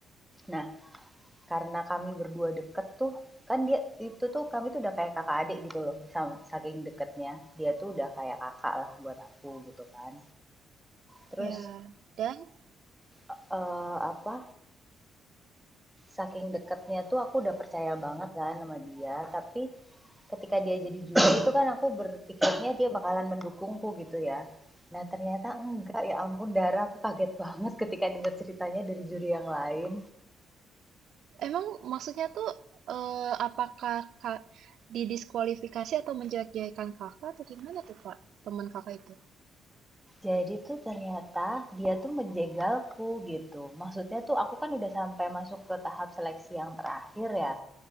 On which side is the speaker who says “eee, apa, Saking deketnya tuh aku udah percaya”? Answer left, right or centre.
Centre